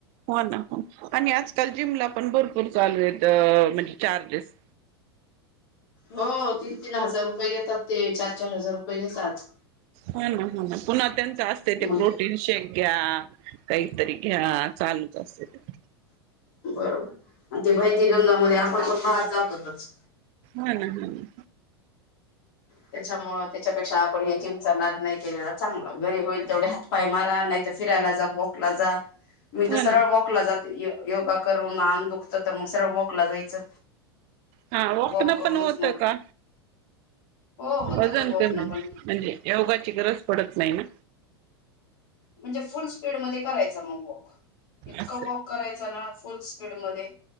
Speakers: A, on the right (about 50°); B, on the left (about 60°).
A: हो ना आणि आजकाल जिमला पण भरपूर चालू म्हणजे चार्जेस.
B: हो तीन तीन हजार रुपये घेतात. ते चार चार हजार रुपये घेतात.
A: हो ना हो ना, पुन्हा त्यांच असते ते
B: मग
A: प्रोटीन शेंक- - घ्या. काहीतरी घ्या. चालूच असतयं ते.
B: बरोबर आणि ते भैती गंगामध्ये आपण पण बाहेर जातोच.
A: हम् हम्.
B: त्याच्यामुळ त्याच्यापेक्षा आपण हे जिमचा नाद नाही केलेला चांगला घरी होईल तेवढे हातपाय मारा नाही -- फिरायला जा. वॉकला जा. मी
A: हो
B: तर सरळ
A: ना
B: वॉकला जाते. योगा करून अंग दुखत तर मग सरळ वॉकला जायचं.
A: हा वॉकन
B: वॉक करूनच
A: पण होत
B: मग
A: का?
B: हो होतं
A: वजन
B: ना वॉकनं
A: कमी
B: पण
A: म्हणजे योगाची गरज पडत नाही ना.
B: म्हणजे फुल स्पीड मध्ये करायचा मग वॉक इतकं
A: असं
B: वॉक करायच ना फुल स्पीड मध्ये